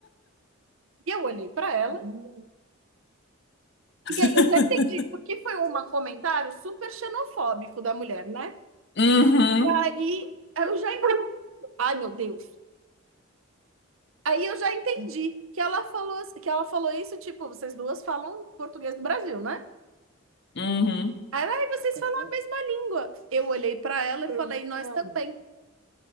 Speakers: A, on the right (about 75°); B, on the left (about 55°).
A: E eu olhei pra ela. Hum.
B: <laughs>
A: E aí eu já entendi, porque foi um comentário super xenofóbico da mulher, né?
B: Uhum.
A: E aí eu já entendi. Ai, meu Deus. Aí eu já entendi que ela falou, que ela falou isso, tipo, vocês duas falam português do Brasil, né?
B: Uhum.
A: Aí Ela, ai, vocês falam a mesma língua. Eu olhei pra ela e falei, nós também.